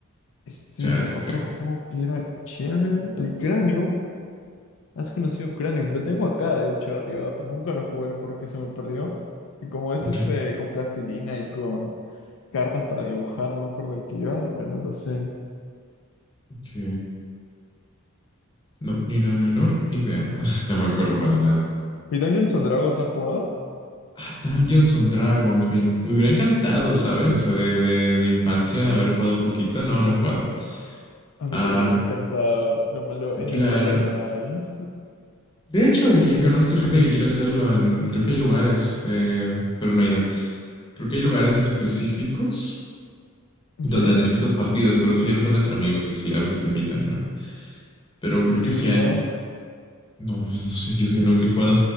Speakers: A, on the left (about 65°); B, on the left (about 20°).
A: Este
B: Chasca.
A: otro juego que era chévere, el Cranium. ¿Has conocido Cranium? Lo tengo acá, de hecho, arriba, pero nunca lo jugué porque se me perdió. Y como es
B: <laughs>
A: este con plastilina y con cartas para dibujar, no me acuerdo de qué iba, igual no lo sé.
B: Ok. No,
A: ¿Y
B: ni la menor idea. <laughs> No me acuerdo para nada.
A: y Dungeons and Dragons has jugado?
B: Ah, Dungeons and Dragons. Me, en- me hubiera encantado, ¿sabes? O sea, de, de, de infancia haber jugado un poquito. No, no he jugado.
A: A mí
B: Ah,
A: también me hubiera encantado. Lo malo, en
B: claro.
A: nuestro país no hay.
B: De hecho, aquí conozco gente que quiere hacerlo. En, creo que hay lugares, eh, pero no he ido. Creo que hay lugares específicos donde
A: ¿Sí?
B: han hecho estas partidas, pero sí son entre amigos y sí, a veces te invitan y no. Pero creo
A: ¿Y Yu-Gi-Oh?
B: que sí hay. No, pues no sé, Yu-Gi-Oh nunca he jugado.